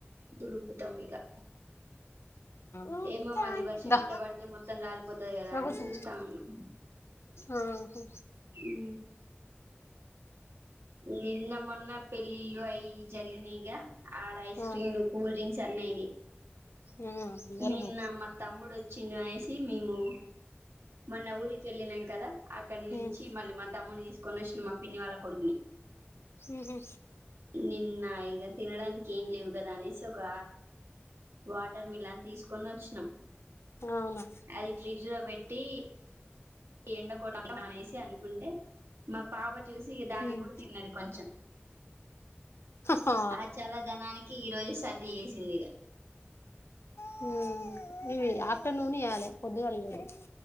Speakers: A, on the right (about 75°); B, on the left (about 75°).
A: దురుకుతం ఇగా
B: ఆ
A: ఏమమ్ మల్ మళ్ వర్షం
B: దా
A: గిట్ట పడితే మొత్తం రాలిపోతది కదా
B: రా
A: అని
B: కూర్చో
A: చూస్తా ఉన్నాం.
B: ఆహా
A: ఉ నిన్న మొన్న పెళ్లి ఇల్లు అయి జరిగినయిగ ఆడ ఐస్
B: ఆ
A: క్రీమ్లు కూల్ డ్రింక్ చెన్నైని
B: ఆ జలుబు
A: నిన్న మ తమ్ముడు వచ్చి టిిండు అనేసి మేముూ మొన్న ఊరికెళ్లి నాం కదా అక్కడి నుంచి
B: ఉమ్
A: మళ్ళీ మా తమ్ముని తీస్ కొనుష్మా పిన్ని వాళ్ళ కొడుకుని
B: ఉహు
A: నిన్న ఇగ తినడానికి ఏం లేవు కదా అనేసి ఒక వా టర్ మిలాన్ తీసుకొని వచ్చినాం
B: అవునా
A: అది ఫ్రిడ్జ్ లో పెట్టి దీ ఎండకో అనేసి అనుకుంటే మా పాప చూసి దాన్ని
B: ఉమ్
A: కూడా తిన్నది కొంచెం
B: హా
A: ఆ చల్లదనానికి ఈ రోజు స చేేసిందిగా
B: హుమ్ ఇవి ఆఫ్టర్ నూనే ఇయలే పొద్దుగాల ఇవ్వరు